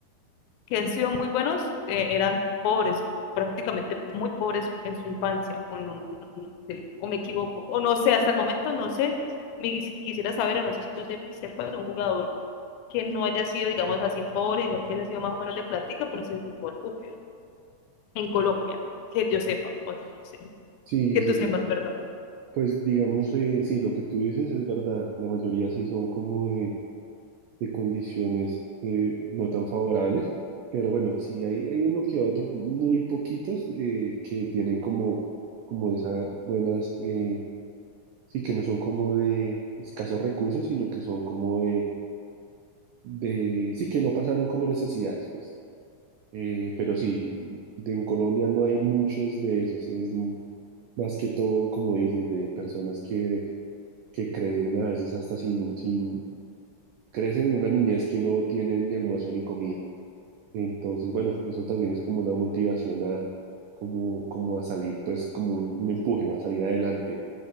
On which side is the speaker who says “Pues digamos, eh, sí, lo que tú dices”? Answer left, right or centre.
Right